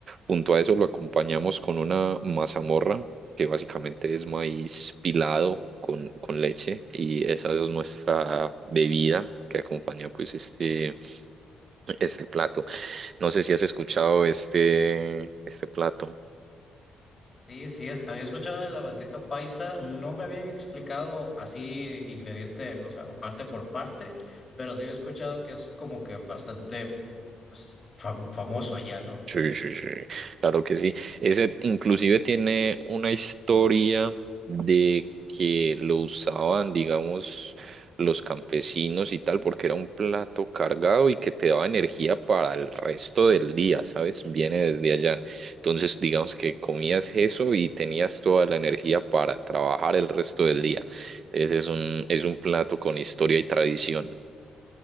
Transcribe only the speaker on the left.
Sí, sí, es- había escuchado de la bandeja paisa, no me habían explicado así ingrediente, o sea, o parte por parte, pero sí había escuchado que es como que bastante pues, fam- famoso allá, no